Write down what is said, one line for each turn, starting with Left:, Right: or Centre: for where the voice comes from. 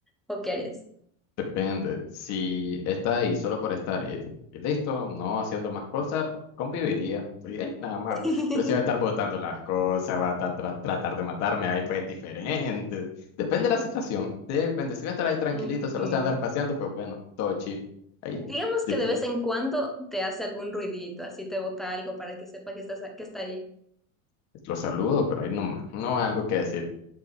Centre: ¿O qué harías?
Left: Depende. Si está ahí solo por estar y, y listo, no haciendo más cosas, pues, conviviría. Y, eh, nada mal.
Centre: <laughs>
Left: Pero si va a estar botando las cosas, va a estar tra- tratar de matarme, ahí pues diferente. Depende de la situación. Depende. Si va a estar ahí tranquilito,
Centre: Mm,
Left: solo se va a andar paseando, pues bueno, todo chill. Ahí
Centre: digamos
Left: dif-
Centre: que de vez en cuando te hace algún ruidito, así te bota algo para que sepa que estás, que está ahí.
Left: lo saludo, pero ahí no más. No hay algo que decir.